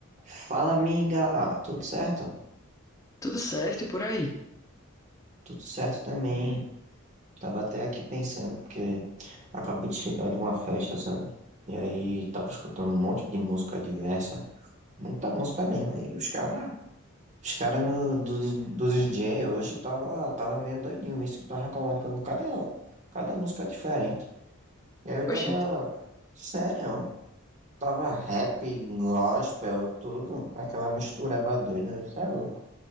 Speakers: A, on the right; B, on the left.
A: Fala, amiga, tudo certo?
B: Tudo certo e por aí.
A: Tudo certo também. Tava até aqui pensando, porque acabei de chegar de uma festa, sabe? E aí tava escutando um monte de música diversa, muita música mesmo. E os caras, os caras do, do DJ hoje tava, tava meio doidinho, isso que tava colocando cada, cada música diferente. E aí eu tava,
B: Oxente,
A: sério, tava rap, gospel, tudo, aquela mistureba doida, você é louco.